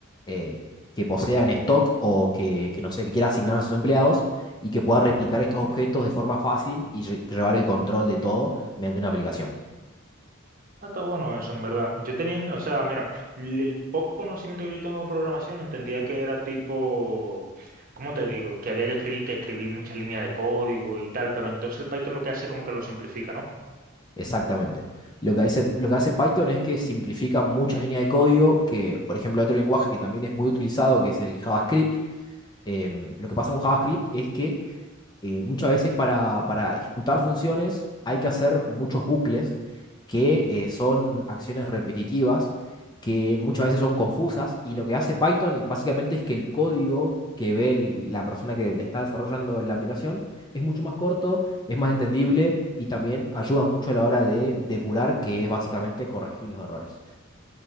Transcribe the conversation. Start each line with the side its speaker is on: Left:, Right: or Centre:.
Left: eh, que posea en stock o que, que, no sé, que quiera asignar a sus empleados y que pueda replicar estos objetos de forma fácil y lle- llevar el control de todo mediante una aplicación.
Right: Ah, está bueno eso, en verdad. Yo tenía, o sea, mira, l- el poco conocimiento que yo tengo de programación entendía que era tipo, ¿cómo te digo? Que había que escribir, que escribir muchas líneas de código y tal, pero entonces el Python lo que hace es como que lo simplifica, ¿no?
Left: Exactamente. Lo que hace, lo que hace Python es que simplifica muchas líneas de código que, por ejemplo, otro lenguaje que también es muy utilizado, que es el JavaScript. em, lo que pasa con JavaScript es que eh, muchas veces para, para ejecutar funciones hay que hacer muchos bucles que eh, son acciones repetitivas, que muchas veces son confusas, y lo que hace Python básicamente es que el código que ve el- la persona que le está desarrollando la aplicación es mucho más corto, es más entendible y también ayuda mucho a la hora de depurar, que es básicamente corregir los errores.